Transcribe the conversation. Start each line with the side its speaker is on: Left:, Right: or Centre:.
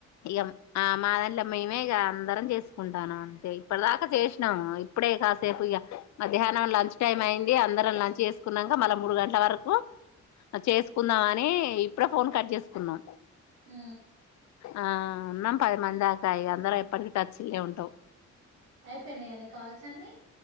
Left: ఇక ఆ మాదంల మేమే ఇగ అందరం చేసుకుంటాను అంతే ఇప్పటి దాకా చేసినాము ఇప్పుడే కాసేపు ఇగ మధ్యాహ్నం లంచ్ టైం అయింది అందరం లంచ్ చేసుకున్నాక మళ్ళా మూడు గంటల వరకు చేసుకుందాం అని ఇప్పుడే ఫోన్ కట్ చేసుకున్నాం
Right: ఊ
Left: ఆ ఉన్నాం పది మంది దాకా అందరం ఎప్పటికి టచ్లే ఉంటాం
Right: అయిపోయినయ నీ కాల్స్ అన్ని